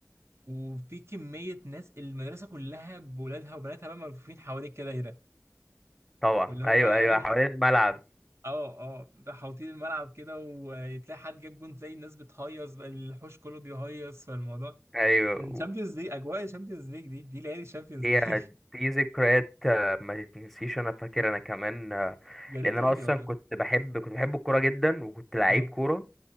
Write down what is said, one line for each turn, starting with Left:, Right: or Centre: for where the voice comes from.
Right: وفي كميه ناس المدرسه كلها بولادها وبناتها بقى ملفوفين حواليك كده دايره
Centre: طبعا
Right: واللي هو
Centre: أيوه
Right: بقى
Centre: أيوه
Right: اي ح-
Centre: حوالين الملعب
Right: اه اه بقى حاوطين الملعب كده وتلاقي حد جاب جون تلاقي الناس بتهيص بقى الحوش كله بيهيص فالموضوع
Centre: أيوه
Right: كان
Centre: و-
Right: شامبيونز ليج اجواء شامبيونز ليج دي دي ليالي شامبيونز
Centre: هي
Right: ليج
Centre: دي ذكريات آه، ما تتنسيش أنا فاكر أنا كمان آه،
Right: <laughs> يا ريت
Centre: لأن
Right: تقول
Centre: أنا أصلا
Right: لي والله
Centre: كنت بحب كنت بحب الكورة جدا وكنت لعيب
Right: اه
Centre: كورة